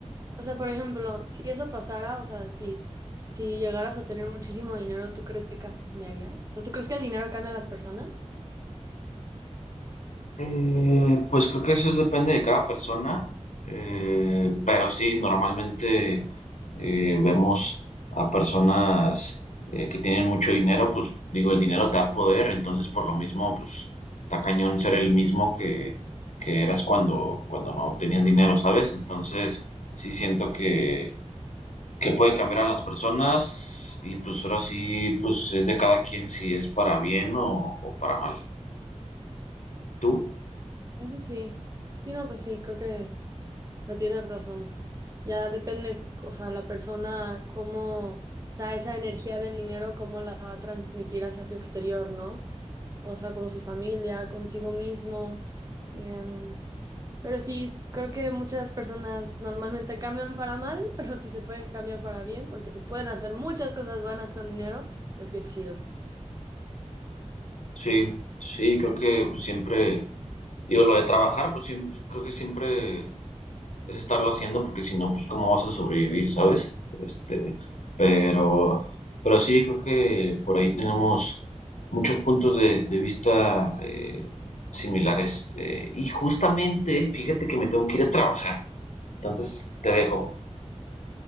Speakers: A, on the right (about 30°); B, on the left (about 80°).
A: O sea, por ejemplo, si eso pasara, o sea, si, si llegaras a tener muchísimo dinero, ¿tú crees que cambiarías? O sea, ¿tú crees que el dinero cambia a las personas?
B: Eh, pues creo que eso es- depende de cada persona, eh, pero sí, normalmente eh, vemos a personas eh, que tienen mucho dinero, pues digo, el dinero te da poder, entonces por lo mismo, pues está cañón ser el mismo que, que eras cuando, cuando no tenías dinero, ¿sabes? Entonces sí siento que, que puede cambiar a las personas y pues ahora sí, pues es de cada quien si es para bien o, o para mal. ¿Tú?
A: Eso sí. Sí, no, pues sí, creo que... o sea, tienes razón. Ya depende, o sea, la persona, cómo, o sea, esa energía del dinero, cómo la va a transmitir hacia su exterior, ¿no? O sea, con su familia, consigo mismo. em, pero sí, creo que muchas personas normalmente cambian para mal, <laughs> pero si se puede cambiar para bien, porque se pueden hacer muchas cosas buenas con dinero, pues qué chido.
B: Sí, sí, creo que pues, siempre, digo, lo de trabajar, pues siempre, creo que siempre es estarlo haciendo, porque si no, pues cómo vas a sobrevivir, ¿sabes? Este, pero, pero sí, creo que por ahí tenemos muchos puntos de, de vista eh, similares. Eh, y justamente, fíjate que me tengo que ir a trabajar. Entonces, te dejo.